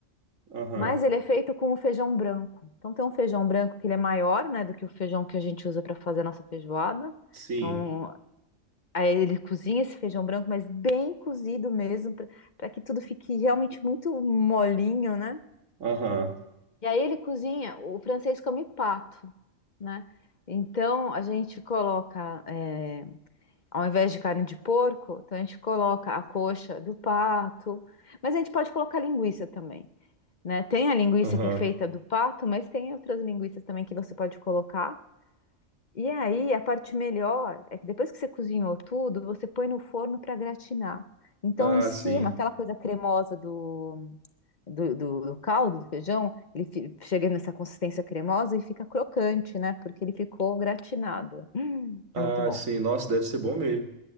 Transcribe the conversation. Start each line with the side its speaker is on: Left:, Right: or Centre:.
Right: Aham.
Left: Mas ele é feito com o feijão branco. Então tem um feijão branco que ele é maior, né, do que o feijão que a gente usa para fazer a nossa feijoada.
Right: Sim.
Left: Então, Aí ele cozinha esse feijão branco, mas bem cozido mesmo, para que tudo fique realmente muito molinho, né?
Right: Aham.
Left: E aí ele cozinha, o francês come pato, né? Então a gente coloca, é, ao invés de carne de porco, então a gente coloca a coxa do pato, mas a gente pode colocar linguiça também, né? Tem a linguiça
Right: Aham.
Left: que é feita do pato, mas tem outras linguiças também que você pode colocar. E aí, a parte melhor é que depois que você cozinhou tudo, você põe no forno para gratinar. Então,
Right: Ah,
Left: em cima,
Right: sim.
Left: aquela coisa cremosa do, do, do- do caldo, do feijão, ele fi- chega nessa consistência cremosa e fica crocante, né? Porque ele ficou gratinado. Hum,
Right: Ah,
Left: é muito bom.
Right: sim. Nossa, deve ser bom mesmo.